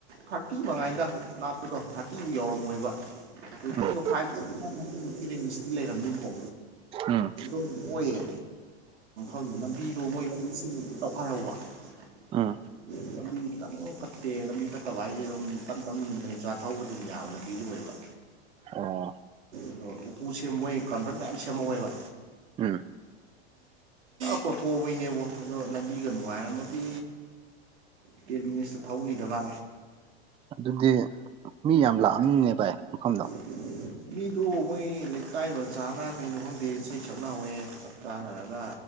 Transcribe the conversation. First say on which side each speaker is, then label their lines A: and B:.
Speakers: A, on the right; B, on the right.
A: ꯊꯥꯔꯇꯤ ꯃꯉꯥꯏꯗ ꯂꯥꯞꯄꯗꯣ ꯊꯥꯔꯇꯤꯗꯨ ꯌꯧꯔꯝꯃꯣꯏꯕ ꯇ꯭ꯋꯤꯒ
B: ꯎꯝ
A: ꯐꯥꯏꯚꯇꯤꯔꯤꯁꯇꯤ ꯂꯩꯔꯝꯅꯤꯅꯀꯣ
B: ꯎꯝ
A: ꯑ ꯑꯣꯏꯌꯦ ꯎ ꯂꯝꯕꯤꯗꯣ ꯃꯣꯏ ꯂꯝꯕꯤꯁꯤꯡ ꯇꯧꯈꯥꯏꯍꯧꯕ <unintelligible>
B: ꯎꯝ
A: ꯂꯝꯕꯤ ꯈꯤꯇꯪ ꯐꯠꯇꯦ ꯂꯝꯕꯤ ꯐꯠꯇꯕ ꯍꯥꯏꯁꯦ ꯑꯗꯨꯝ ꯇꯞꯝ ꯇꯞꯅ ꯑꯗꯨꯝ ꯆꯆꯥ ꯊꯧꯕ ꯑꯗꯨꯝ ꯌꯥꯕ ꯂꯝꯃꯤ ꯑꯣꯏꯕ
B: ꯑꯣ
A: ꯑꯗꯣ ꯎꯀꯨ ꯁꯦꯝ ꯃꯣꯏ ꯀꯥꯟꯐꯟ ꯃꯌꯥꯝ ꯁꯦꯝꯍꯧꯋꯦꯕ
B: ꯎꯝ
A: ꯀꯣꯊꯣꯛꯕꯒꯤꯅꯦꯕꯣ ꯑꯗꯣ ꯂꯝꯕꯤꯒ ꯅꯨꯡꯉꯥꯏꯔꯝꯃꯗꯤ ꯍꯥꯏꯗꯤ ꯄꯠꯃꯤꯅꯤꯁꯇꯨ ꯐꯧꯅꯤꯗꯕ
B: ꯑꯗꯨꯗꯤ ꯃꯤ ꯌꯥꯝ ꯂꯥꯛꯑꯅꯤꯅꯦ ꯚꯥꯏ ꯃꯐꯝꯗꯣ
A: <unintelligible> ꯃꯤꯗꯣ ꯃꯣꯏ ꯂꯩꯀꯥꯏ ꯃ ꯆꯥꯅ ꯀꯩꯅꯣ ꯈꯪꯗꯦ ꯏꯁꯩ ꯁꯛꯅꯍꯧꯋꯦ ꯆꯞ ꯆꯥꯟꯅꯔꯒ